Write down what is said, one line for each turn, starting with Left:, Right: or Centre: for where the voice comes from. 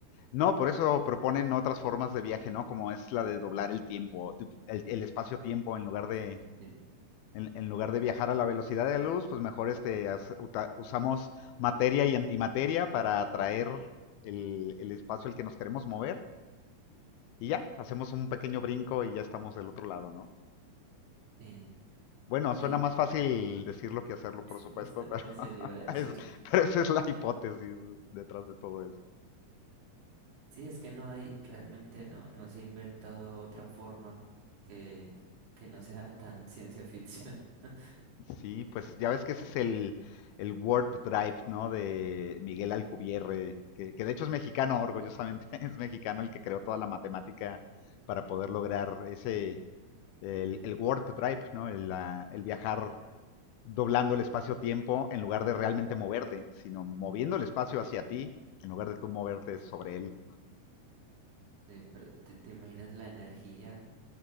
Left: No, por eso proponen otras formas de viaje, ¿no? Como es la de doblar el tiempo, du- el, el espacio-tiempo en lugar
Right: El
Left: de
Right: espacio-tiempo.
Left: en, en lugar de viajar a la velocidad de la luz, pues mejor este hace- uta- usamos materia y antimateria para atraer el, el espacio al que nos queremos mover Y ya, hacemos un pequeño brinco y ya estamos del otro lado, ¿no?
Right: Sí.
Left: Bueno, suena
Right: y
Left: más fácil decirlo que hacerlo, por supuesto,
Right: Eso,
Left: pero,
Right: eso
Left: <laughs>
Right: le iba a decir.
Left: es- pero esa es la hipótesis detrás de todo esto.
Right: Sí, es que no hay, realmente no, no se ha inventado otra forma que, que no sea tan ciencia ficción. <laughs>
Left: Sí, pues ya ves que ese es el, el Word Drive, ¿no? De Miguel Alcubierre, que, que de hecho es mexicano, orgullosamente <laughs> es mexicano el que creó toda la matemática para poder lograr ese, el, el Word Drive, ¿no? El, la- el viajar doblando el espacio-tiempo en lugar de realmente moverte, sino moviendo el espacio hacia ti en lugar de tú moverte sobre él.
Right: Sí, pero ¿te, te imaginas la energía?